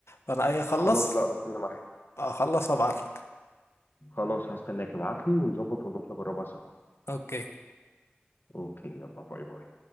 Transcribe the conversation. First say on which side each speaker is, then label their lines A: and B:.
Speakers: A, on the left; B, on the left.
A: فانا اي اخلص
B: خلاص لا ربنا معاك
A: اخلص وابعت لك
B: خلاص هستناك ابعت لي ونظبط ونروح نجربها سوا
A: اوكي
B: اوكي يلا باي باي